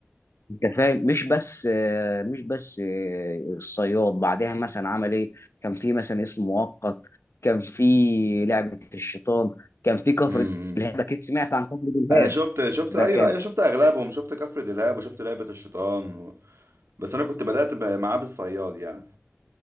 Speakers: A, on the left; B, on the right.
A: انت فاهم مش بس آه، مش بس آه، الصياد بعدها مثلا عمل ايه كان في مثلا اسم مؤقت كان في لعبة الشيطان كان في كفر
B: امم
A: دلهاب اكيد سمعت عن كفر دلهاب
B: انا شفت شفت
A: ده
B: ايوه
A: كان
B: ايوه شفت اغلبهم شفت كفر دلهاب وشفت لعبة الشيطان و... بس انا كنت بدأت ب- معاه بالصياد يعني